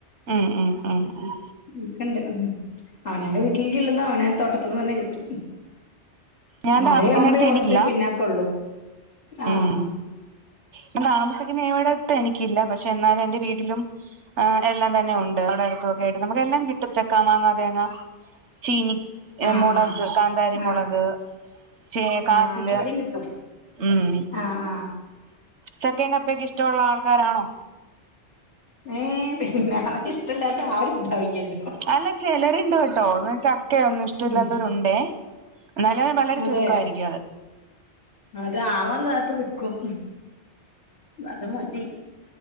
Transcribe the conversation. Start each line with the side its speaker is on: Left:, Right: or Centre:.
Right: ഉം ഉം ഉം ഉം
Left: ഒക്കെണ്ട് ഉം അവനോന്റെ വീട്ടിലേക്കൊള്ളത് അവനോന്റെ തോന്തോട്ടത്ത്ന്ന് തന്നെ കിട്ടും
Right: ഞാൻ
Left: മഴയാവുമ്പോഴേ
Right: താമസിക്കുന്നിടത്ത്
Left: കൊറച്ചൊരു
Right: എനിക്കില്ല
Left: പിന്നാക്കള്ളൂ ആഹ്
Right: ഉം
Left: ആഹ്
Right: ഞാൻ താമസിക്കുന്നിവടത്തെ എനിക്കില്ല പക്ഷെ എന്നാലും എന്റെ വീട്ട്ലും- എല്ലാം തന്നെ ഒണ്ട് അവിടെ അടുത്തുംയൊക്കെ ആയിട്ട് നമുക്ക് എല്ലാം കിട്ടും ചക്കാ മാങ്ങ തേങ്ങ ചീനി
Left: ആഹ്
Right: മുളക്
Left: ആഹ്
Right: കാന്താരി
Left: ആഹ് ആഹ്
Right: മുളക്- ചേ കാച്ചില്
Left: ആഹ് അത് ഇവിടെയും കിട്ടും
Right: ഉം
Left: ആഹ് ആഹ്
Right: ചക്കേം കപ്പക്കെ ഇഷ്ടവൊള്ളാൾക്കാരാണോ
Left: ഏഹ് പിന്നെ അത് ഇഷ്ടല്ലാത്താരുണ്ടാവില്ല്യല്ലോ
Right: അല്ല ചെലര് ഇണ്ട് കെട്ടോ ചക്കേം ഒന്നും ഇഷ്ടവില്ലാത്തവരൊണ്ടേ
Left: ഉം
Right: എന്നാല് വളരെ
Left: അതെ
Right: ചുരുക്കവായിരിക്കും അത്
Left: അത് ആവാൻ കാത്ത് നിക്കും അത് മതി